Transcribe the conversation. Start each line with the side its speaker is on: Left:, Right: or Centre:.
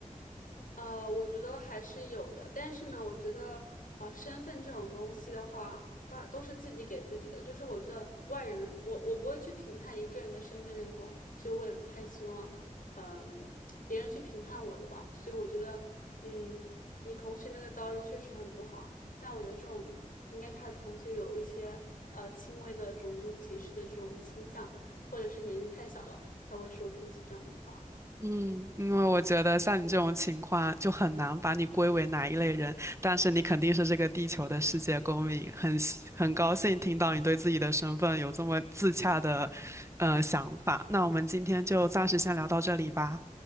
Left: 呃，我觉得还是有的，但是呢，我觉得呃，身份这种东西的话，大都是自己给自己的。就是我觉得外人，我我不会去评判一个人的身份认同，所以我也不太希望，嗯、别人去评判我的吧。所以我觉得，嗯，你同学那个遭遇确实很不好，但我觉得这种应该是他的同学有一些呃轻微的种族歧视的这种倾向，或者是年纪太小了才会说出一些这样的话。
Right: 嗯，因为我觉得像你这种情况就很难把你归为哪一类人，但是你肯定是这个地球的世界公民，很喜很高兴听到你对自己的身份有这么自洽的呃想法。那我们今天就暂时先聊到这里吧。